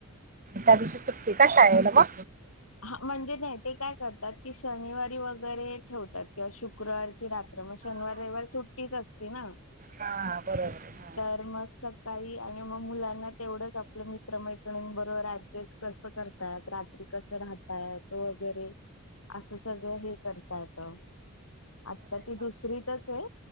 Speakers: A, on the right; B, on the left.
A: त्या दिवशी सुट्टी का शाळेला मग?
B: हा म्हणजे ते काय करतात की शनिवारी वगैरे ठेवतात किंवा शुक्रवारची रात्र मग शनिवार रविवार सुट्टीच असती ना
A: हा बरोबर
B: तर मग सकाळी मग मुलाना तेवढंच आपले मित्रमैत्रणीं बरोबर ऍडजस्ट कस करतात रात्री कसं राहता येत वगैरे असं सगळं हे करता येत आता ती दुसरीतच आहे.